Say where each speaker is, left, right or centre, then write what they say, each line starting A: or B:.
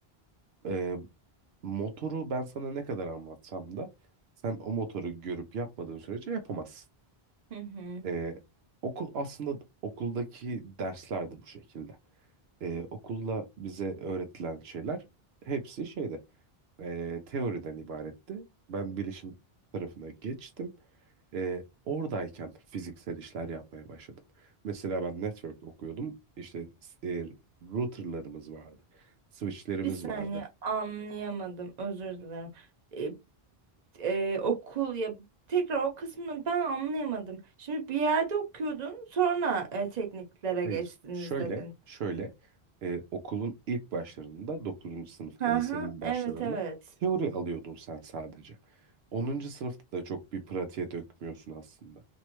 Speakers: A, on the right (about 80°); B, on the right (about 45°).
A: Eee, motoru ben sana ne kadar anlatsam da sen o motoru görüp yapmadığın sürece yapamazsın.
B: <laughs> Hı hı.
A: Eee, okul aslında okuldaki dersler de bu şekilde. Eee, okulda bize öğretilen şeyler hepsi şeyde. e, teoriden ibaretti. Ben bilişim tarafına geçtim. E, oradayken fiziksel işler yapmaya başladım. Mesela ben network okuyordum. İşte e, routerlarımız vardı. Switchlerimiz
B: Bir saniye
A: vardı.
B: anlayamadım, özür dilerim. E, e, okul ya tekrar o kısmını ben anlayamadım. Şimdi bir yerde okuyordun, sonra e, tekniklere
A: Hayır.
B: geçtiniz
A: Şöyle,
B: dedin.
A: şöyle e, okulun ilk başlarında dokuzuncu sınıfta
B: Hı
A: lisenin
B: hı,
A: başlarında
B: evet evet.
A: teori alıyordun sen sadece. Onuncu sınıfta da çok bir pratiğe dökmüyorsun aslında.